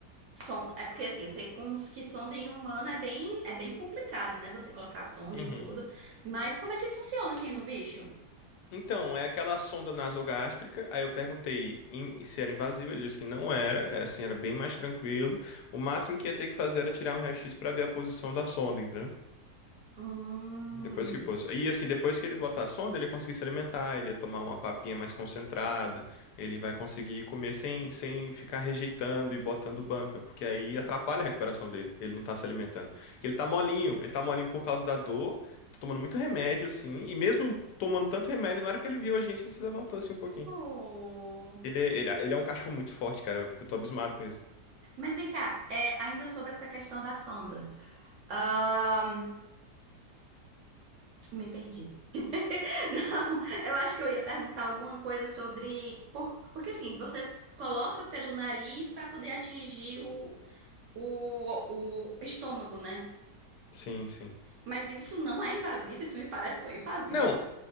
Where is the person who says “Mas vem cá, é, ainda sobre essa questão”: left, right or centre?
Right